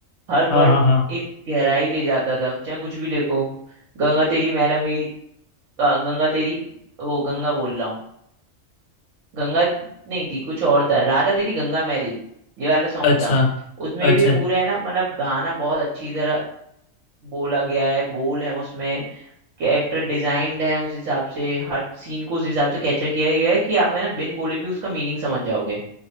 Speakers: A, on the right; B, on the left.
A: हर
B: हाँ
A: वर्ड
B: हाँ हाँ
A: एक गहराई ले जाता था चाहे कुछ भी लिखो गंगा तेरी मैला मेरी अ, गंगा तेरी वो गंगा बोल रहा हूँ गंगा नहीं थी कुछ और था राधा तेरी गंगा मैली ये वाला सॉन्ग
B: अच्छा
A: था उसमें
B: अच्छा
A: भी पूरे है ना मतलब गाना बहुत अच्छी तरह बोला गया है बोल है उसमें कैरेक्टर डिजाइंड है उस हिसाब से हर सीन को उस हिसाब से कैप्चर किया गया है कि आप है ना बिन बोले भी उसका मीनिंग समझ जाओगे